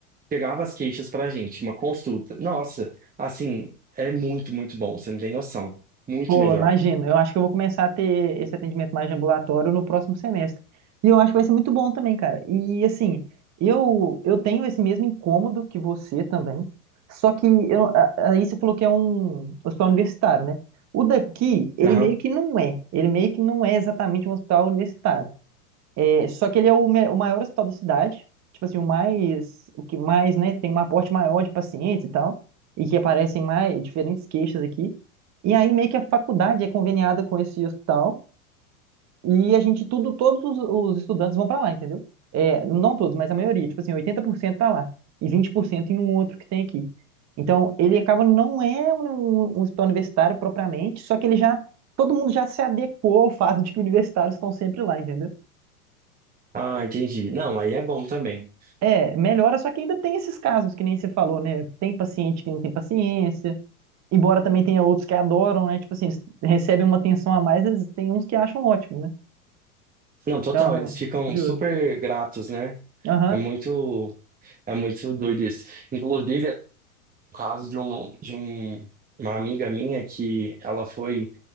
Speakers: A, on the right; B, on the right.
A: pegava as queixas pra gente, uma consulta. Nossa, assim, é muito, muito bom, você não tem noção. Muito
B: Pô,
A: melhor.
B: imagino. Eu acho que eu vou começar a ter esse atendimento mais de ambulatório no próximo semestre. E eu acho que vai ser muito bom também, cara. E assim, eu eu tenho esse mesmo incômodo que você também. Só que eu, a- aí você falou que é um hospital universitário, né? O daqui, ele
A: Aham.
B: meio que não é. Ele meio que não é exatamente um hospital universitário. É, só que ele é o, me- o maior hospital da cidade, tipo assim, o mais, o que mais, né, tem um aporte maior de pacientes e tal, e que aparecem mais diferentes queixas aqui. E aí meio que a faculdade é conveniada com esse hospital e a gente tudo, todos os, os estudantes vão para lá, entendeu? É, não todos, mas a maioria, tipo assim, 80% tá lá e 20% em um outro que tem aqui. Então, ele acaba não é um, um um hospital universitário propriamente, só que ele já todo mundo já se adequou ao fato de que universitários estão sempre lá, entendeu?
A: Ah, entendi. Não, aí é bom também.
B: É, melhora, só que ainda tem esses casos que nem você falou, né? Tem paciente que não tem paciência, embora também tenha outros que adoram, né? Tipo assim, eles recebem uma atenção a mais, eles tem uns que acham ótimo, né?
A: Não, total,
B: Então,
A: eles ficam
B: é curioso.
A: super gratos, né?
B: Aham,
A: É muito, é muito doido isso. Inclusive, é o caso de, um, de um, uma amiga minha que ela foi